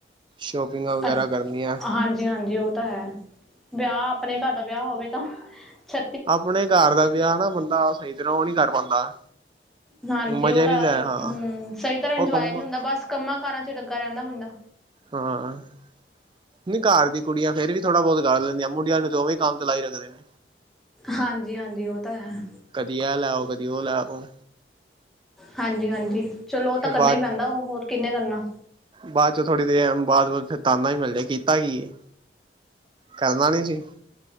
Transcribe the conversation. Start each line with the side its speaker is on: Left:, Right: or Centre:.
Right: ਸ਼ੋਪਿੰਗਾਂ ਵਗੈਰਾ
Centre: ਅ
Right: ਕਰਨੀਆਂ
Centre: ਹਾਂਜੀ-ਹਾਂਜੀ ਉਹ ਤਾਂ ਹੈ। ਵਿਆਹ ਆਪਣੇ ਘਰ ਦਾ ਵਿਆਹ ਹੋਵੇ ਤਾਂ ਛ।
Right: ਆਪਣੇ ਘਰ ਦਾ ਵਿਆਹ ਨਾ ਬੰਦਾ ਸਹੀ ਤਰ੍ਹਾਂ ਉਹ ਨਹੀਂ ਕਰ ਪਾਉਂਦਾ।
Centre: ਹਾਂਜੀ
Right: ਮਜ਼ੇ
Centre: ਉਹ ਤਾਂ
Right: ਨੀ ਲੈ ਹਾਂ
Centre: ਹਮ ਸਹੀ ਤਰ੍ਹਾਂ ਇੰਜੋਏ
Right: ਉਹ ਕੰਮਾਂ
Centre: ਨਹੀਂ ਹੁੰਦਾ ਬਸ ਕੰਮਾਂ ਕਾਰਾਂ ਚ ਲੱਗਾ ਰਹਿੰਦਾ ਬੰਦਾ।
Right: ਹਾਂ। ਨਹੀਂ ਘਰ ਦੀ ਕੁੜੀਆਂ ਫੇਰ ਵੀ ਥੋੜਾ ਬਹੁਤ ਕਰ ਲੈਂਦੀਆਂ। ਮੁੰਡੀਆਂ ਨੂੰ ਤੇ ਉਵੈਂ ਕੰਮ ਲਾਈ ਰੱਖਦੇ ਨੇ।
Centre: ਹਾਂਜੀ-ਹਾਂਜੀ ਉਹ ਤਾਂ ਹੈ।
Right: ਕਦੀ ਇਹ ਲੈ ਆਉ ਕਦੀ ਉਹ ਲੈ ਆਉ।
Centre: ਹਾਂਜੀ-ਹਾਂਜੀ, ਚਲੋ ਉਹ ਤਾਂ
Right: ਫਿਰ
Centre: ਕਰਨਾ
Right: ਬਾਅਦ
Centre: ਹੀ ਪੈਂਦਾ ਉਹ ਹੋਰ ਕਿੰਹਨੇ ਕਰਨਾ।
Right: ਬਾਅਦ ਚ ਥੋੜੀ ਦੇਰ ਬਾਅਦ ਫਿਰ ਤਾੱਨਾ ਹੀ ਮਿਲ ਜਾਏ ਕੀਤਾ ਈ ਕੀ ਏ। ਕਰਨਾ ਨੀ ਸੀ